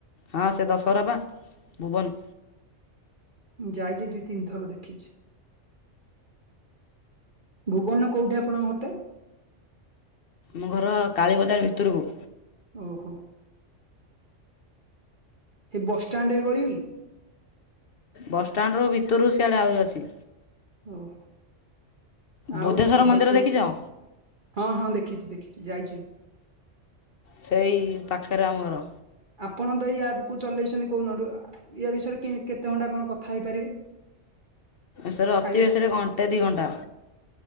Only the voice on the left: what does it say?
ହଁ ସେ ଦଶହରା ପା, ଭୁବନ।
ମୋ ଘର କାଳୀ ବଜାର ଭିତରକୁ।
ବସ୍ ଷ୍ଟାଣ୍ଡରୁ ଭିତରୁ, ସିଆଡେ ଆହୁରି ଅଛି।
ବୁଧେଶ୍ଵର
ମନ୍ଦିର
ଦେଖିଛ?
ସେଇ ପାଖରେ ଆମ ଘର।
ସାରେ, ଅତି
ବେଶୀରେ, ଘଣ୍ଟେ ଦି ଘଣ୍ଟା।